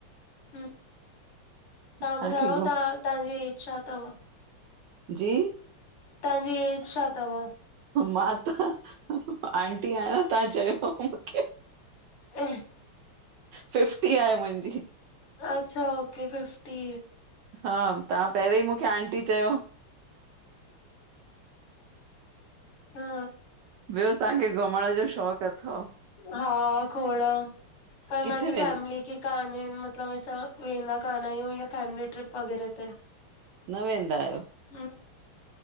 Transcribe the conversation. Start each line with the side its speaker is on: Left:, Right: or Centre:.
Left: हम तव्हां
Right: तव्हांखे
Left: ॿुधायो
Right: घु
Left: तव्हांजी एज छा तव?
Right: जी?
Left: तव्हांजी एज छा तव?
Right: मां त आंटी आयां तव्हां चयो मूंखे।
Left: अ
Right: फिफ्टी आहे मुंजी।
Left: अच्छा ओके फिफ्टी।
Right: हा तव्हां पहरीं ई मूंखे आंटी चयो।
Left: हा।
Right: ॿियो तव्हांखे घुमण जो शौंक़ अथव?
Left: हा खोड़ पर
Right: किथे
Left: मंजी
Right: वे
Left: फैमली खे काने मतलब असा वेंदा काना ईय या फैमिली ट्रिप वग़ैरह ते
Right: न वेंदा आयो।
Left: न।